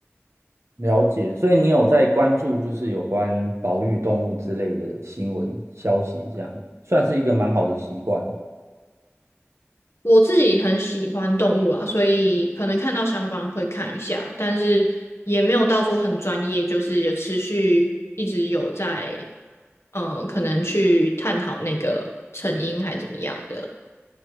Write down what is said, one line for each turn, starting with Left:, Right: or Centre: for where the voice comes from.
Right: 了解，所以你有在关注就是有关保育动物之类的新闻消息，这样算是一个蛮好的习惯哦。
Left: 我自己很喜欢动物啦，所以可能看到相关会看一下，但是也没有到说很专业，就是有持续一直有在，嗯、可能去探讨那个成因还怎么样的。